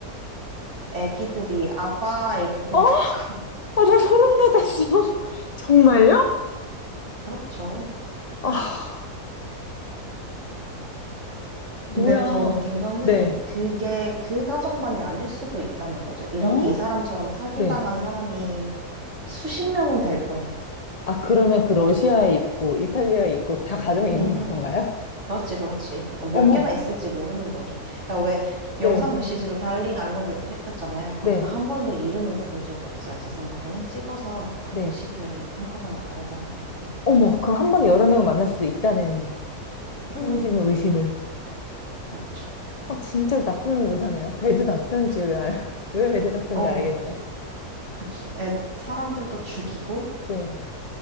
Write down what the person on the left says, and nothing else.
어? 아,
나 소름 돋았어. <laughs> 정말요?
아, 뭐야.
네.
어?
네.
아, 그러면 그 러시아에 있고, 이탈리아에 있고, 다 가정이 있는
<laughs> 건가요?
어머,
네,
네,
네.
어머, 그럼 한 번에 여러 명을 만날 수도 있다는 합리적인
의심을.
어, 진짜 나쁜 의사네요. 배드 닥터인지 왜, 알... <laughs> 왜 배드 닥터인지
알겠네.
네.